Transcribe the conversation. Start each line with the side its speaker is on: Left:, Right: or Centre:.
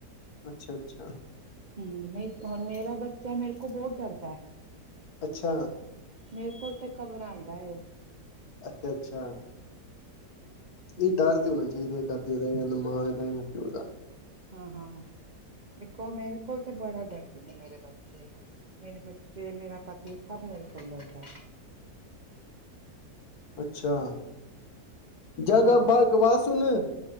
Left: ਅੱਛਾ-ਅੱਛਾ।
Right: ਹੂੰ ਮੇਂ ਹ ਮੇਰਾ ਬੱਚਾ ਮੇਰੇ ਕੋ ਬੋ ਡਰਦੈ।
Left: ਅੱਛਾ!
Right: ਮੇਰੇ ਕੋਲ ਤੇ ਘਬਰਾਂਦਾ ਏ ਓ।
Left: ਅੱਛਾ-ਅੱਛਾ।
Right: ਹੂੰ,
Left: ਨਈ ਡਰ ਤੇ ਹੋਣਾ ਚਾਈਦੈ ਦਾਦੇ ਦਾ ਯਾਂ ਨਾ ਮਾਂ ਦਾ ਯਾਂ ਪਿਓ ਦਾ।
Right: ਹਾਂ-ਹਾਂ ਦੇਖੋ ਮੇਰੇ ਕੋਲ ਤੇ ਬੜਾ ਡਰਦੇ ਨੇ ਮੇਰੇ ਬੱਚੇ। ਮੇਰੇੇ ਬੱ ਜਿਵੇਂ ਮੇਰਾ ਪਤੀ ਸਭ ਮੇਰੇ ਕੋਲ ਨੇ ਹਜੇ ਤਕ।
Left: ਅੱਛਾ ਜਦ
Right: ਹਾਂ।
Left: <unintelligible> ਬਾਰ ਏੱਕ ਬਾਤ ਸੋਨੰ।